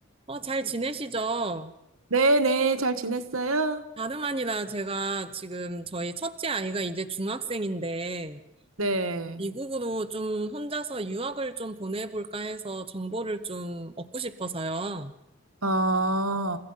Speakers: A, on the right; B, on the right.
A: 어, 잘 지내시죠?
B: 네네, 잘 지냈어요?
A: 다름 아니라 제가 지금 저희 첫째 아이가 이제 중학생인데,
B: 네.
A: 미국으로 좀 혼자서 유학을 좀 보내볼까 해서 정보를 좀 얻고 싶어서요.
B: 어,